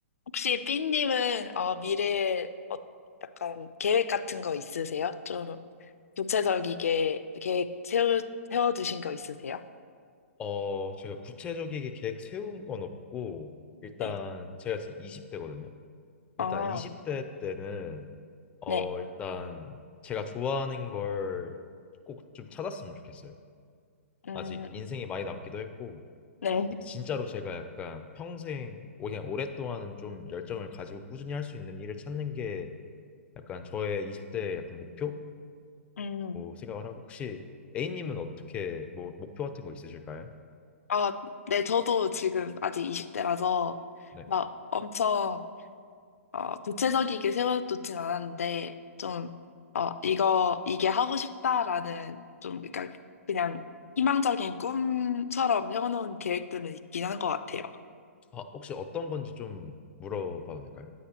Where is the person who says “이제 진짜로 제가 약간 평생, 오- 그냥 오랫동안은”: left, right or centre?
Left